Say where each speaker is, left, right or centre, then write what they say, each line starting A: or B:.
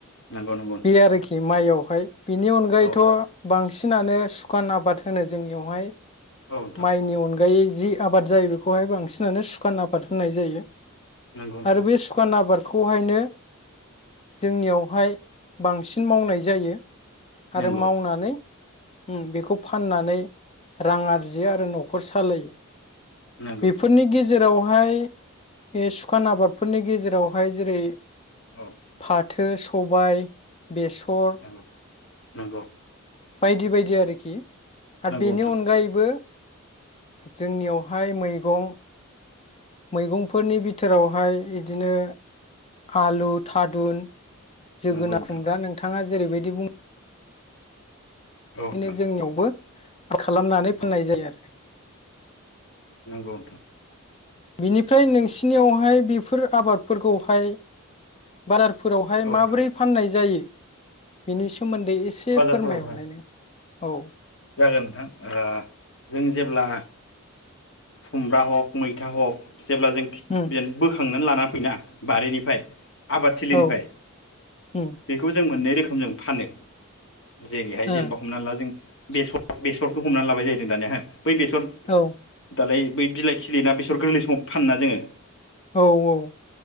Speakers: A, on the left; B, on the left.
A: नंगौ नंगौ नोंथां
B: बे आरोखि माइयावहाय
A: नंगौ
B: बेनि अनगायैथ'
A: औ औ
B: बांसिनानो सुखान आबाद होनो जोंनियावहाय
A: औ नोंथां
B: माइनि अनगायै जि आबाद जायो बेखौहाय बांसिनानो सुखान आबाद होननाय जायो।
A: नंगौ नोंथां
B: आरो बे सुखान आबाद खौहायनो जोंनियावहाय बांसिन मावनाय जायो। आरो
A: नंगौ
B: मावनानै ओम बेखौ फाननानै रां आरजियो आरो न'खर सालायो।
A: नंगौ
B: बेफोरनि
A: नोंथां
B: गेजेराव बेहाय बे सुखान आबादफोरनि गेजेरावहाय जेरै
A: औ
B: फाथो सबाय बेसर
A: नंगौ नंगौ
B: बायदि बायदि। दि आरोखि। आरो
A: नंगौ
B: बेनि
A: नोंथां
B: अनगायैबो जोंनियावहाय मैगं मैगंफोरनि बिथोरावहाय इदिनो आलु थादुन। जोगोना
A: नंगौ नोंथां
B: खुमब्रा नोंथाङा जेरैबायदि बुंङो।
A: औ नोंथां
B: बिदिनो जोंनियावबो खालामनानै फाननाय
A: औ
B: जायो आरो।
A: नंगौ नोंथां।
B: बिनिफ्राय
A: नंगौ
B: नोंसिनियावहाय बेफोर आबादफोरखौहाय बारार फोरावहाय
A: औ नोंथां
B: माबोरै फाननाय जायो? बेनि सोमोन दै एसे
A: बाजारफोरावहाय
B: फोरमायहरनाय नों। औ।
A: जागोन नोंथां ओ जों जेब्ला खुमब्रा हक मैथा हक जेब्ला जों खिद
B: उम
A: बेन बो थांनानै लाना फैना बारिनि आबादथिलिनिफ्राय
B: ओ औ उम
A: बेखौ जों मोननै रोखोमजों फानो। जेरैहाय जेनेबा
B: ओ
A: हमना ला जों बेसर बेसरखौ हमनानै लाबाय जाहैदों दानिया हो बै बेसर
B: औ
A: दालाय बै बिलाइ खिलियोना बेसर गोरलै समाव फानोना जोङो
B: औ औ।